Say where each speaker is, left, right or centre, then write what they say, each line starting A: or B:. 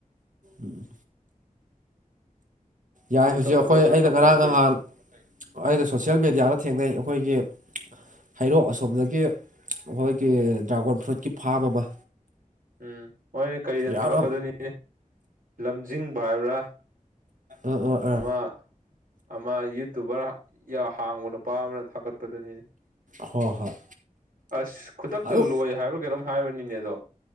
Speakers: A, on the right (about 70°); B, on the right (about 85°).
A: ꯎꯝ ꯌꯥꯏ
B: ꯃꯤꯅ
A: ꯍꯨꯖꯤ
B: ꯇꯧꯅꯗꯕꯗꯣ
A: ꯑꯩꯈꯣꯏ ꯑꯩꯅ
B: ꯇꯧꯕꯅ
A: ꯉꯔꯥꯡ
B: ꯐꯩ
A: ꯉꯍꯥꯜ ꯑꯩꯅ ꯁꯣꯁꯦꯜ ꯃꯦꯗꯤꯌꯥꯗ ꯊꯦꯡꯅꯩ ꯑꯈꯣꯏꯒꯤ ꯍꯩꯔꯣꯛ ꯑꯁꯣꯝꯗꯒꯤ ꯑꯈꯣꯏꯒꯤ ꯗ꯭ꯔꯥꯒꯣꯟ ꯐ꯭ꯔꯨꯠꯀꯤ ꯐꯥꯝ ꯑꯃ
B: ꯎꯝ ꯍꯣꯏꯌꯦ ꯀꯩꯗ
A: ꯌꯥꯝꯅ
B: ꯊꯥꯒꯠꯄꯗꯨꯅꯤ ꯑꯦ ꯂꯝꯖꯤꯡꯕ ꯍꯥꯏꯕ꯭ꯔꯥ
A: ꯑꯥ ꯑꯥ ꯑꯥ
B: ꯑꯃ ꯑꯃ ꯌꯨꯇꯨꯕꯔ ꯌ ꯍꯥꯡꯕ ꯅꯨꯄꯥ ꯑꯃꯅ ꯊꯥꯒꯠꯄꯗꯨꯅꯤꯅꯦ꯫
A: ꯍꯣ ꯍꯣꯏ
B: ꯑꯁ ꯈꯨꯗꯛꯇ
A: ꯑꯗꯨ
B: ꯂꯣꯏ ꯍꯥꯏꯕ꯭ꯔꯥ ꯀꯩꯅꯣꯝ ꯍꯥꯏꯕꯅꯤꯅꯦ ꯑꯗꯣ